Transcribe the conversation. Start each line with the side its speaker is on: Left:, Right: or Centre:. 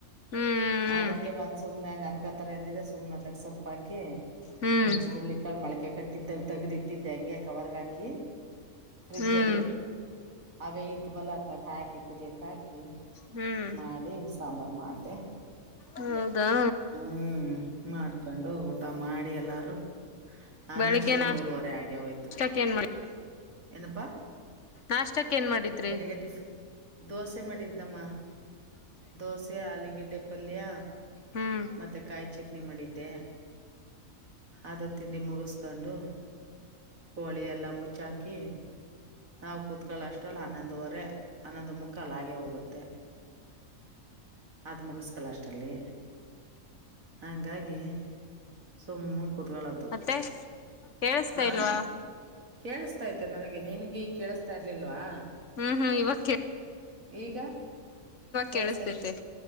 Left: ಹ್ಮ್
Right: ಅದಕ್ಕೆ ಮತ್ ಸುಮ್ನೆಂಗ ಅನ್ ಕ್ಕ ತರ ಅಂದಿದೆ ಸುಮ್ನ ಅದ್ಳಗ್ ಸೊಪ್ಪಾಕಿ
Left: ಹ್ಮ್
Right: ಒಂದಿಷ್ಟು ಉಳ್ಳಿ ಕಾಳ ಮೊಳಕೆ ಕಟ್ಟಿದ್ದೆ ತಗದಿತ್ತಿದ್ದೆ ಹಂಗೆ ಕವರ್ಗ್ ಹಾಕಿ ಫ್ರಿಜ್
Left: ಹ್ಮ್
Right: ಅಲ್ಲಿ ಅವೇ ಇದ್ವಲ್ಲ ಅತ್ಲಗ ಹಾಕಿ ಕುದಿಯಕ್ ಹಾಕಿ
Left: ಹ್ಮ್
Right: ಮಾಡಿ ಸಾಂಬಾರ್ ಮಾಡಿದೆ.
Left: ಹೌದಾ
Right: ಹ್ಮ್ ಮಾಡ್ಕೊಂಡು ಊ ತ ಮಾಡಿ ಎಲ್ಲಾರು ಅನ್ನೋ
Left: ಬೆಳಿಗ್ಗೆ
Right: ಅಷ್ಟ್ರಲ್ಲಿ ಮೂರವರೆ ಆಗೆ ಹೋಯ್ತು.
Left: ನಾಷ್ಟಕ್ ಏನ್ ಮಾಡಿ
Right: ಏನಪ್ಪ
Left: ನಾಷ್ಟಕ್ ಏನ್ ಮಾಡಿದ್ರಿ
Right: ಬೆಳಿಗ್ಗೆ ಟಿಫ್ ದೋಸೆ ಮಾಡಿದ್ನಮ್ಮ ದೋಸೆ ಆಲಿಗಿಡ್ಡೆಪ್ ಪಲ್ಯ
Left: ಹ್ಮ್
Right: ಮತ್ತೆ ಕಾಯಿ ಚಟ್ನಿ ಮಾಡಿದ್ದೆ. ಅದು ತಿಂಡಿ ಮುಗಿಸಿಕೊಂಡು ಕೋಳಿ ಎಲ್ಲಾ ಮುಚ್ಚಾಕಿ ನಾವ್ ಕುತ್ಕ <unintelligible> ರಲ್ಲಿ ಹನ್ನೊಂದುವರೆ ಹನ್ನೊಂದು ಮುಕ್ಕಲ್ ಹಾಗೆ ಹೋಗುತ್ತೆ. ಅದದ್ ಮುಗಿಸ್ಕೊಳೊ ಅಷ್ಟಲ್ಲಿ ಹಂಗಾಗಿ ಸುಮ್ಮುಗ್ ಕುತ್ಕೋಳೋದು
Left: ಮತ್ತೆ ಕೇಳಿಸ್ತಾ
Right: ಹಾ
Left: ಇಲ್ವಾ
Right: ಕೇಳಿಸ್ತೈತೆ ನನಗೆ ನಿನಗಿ ಕೇಳಿಸ್ತಾ ಇರ್ಲಿಲ್ವಾ
Left: ಹ್ಮ್ ಹ್ಮ್ ಇವಕ್ಕೆ
Right: ಈಗ ಕೇಳಸ್ತ
Left: ಕೇಳಿಸತೈತೆ